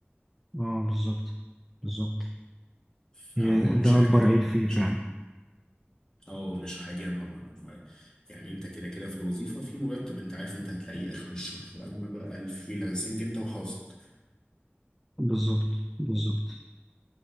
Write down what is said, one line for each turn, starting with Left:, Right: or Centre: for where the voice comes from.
Centre: اه بالظبط بالظبط
Left: فهو
Centre: هي
Left: مش
Centre: ده
Left: حاجة
Centre: أكبر
Left: ده
Centre: عيب فيه
Left: مش
Centre: فعلا
Left: اه مش حاجة ما ما ما يعني انت كده كده في الوظيفة في مرتب انت عارف انت هتلاقيه اخر الشهر اما بقى الفريلانسنج انت وحظك
Centre: بالظبط بالظبط